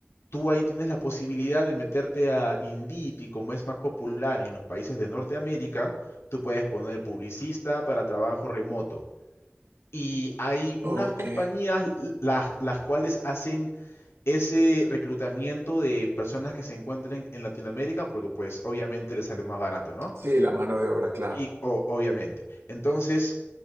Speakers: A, on the left; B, on the right.
A: Tú ahí tienes la posibilidad de meterte a Indeed y como es más popular en los países de Norteamérica, tú puedes poner publicista para trabajo remoto. Y hay
B: Ok.
A: unas compañías la- las, cuales hacen ese reclutamiento de personas que se encuentren en Latinoamérica porque pues obviamente les sale más barato, ¿no?
B: Sí, la mano de obra, claro.
A: Y o- obviamente. Entonces,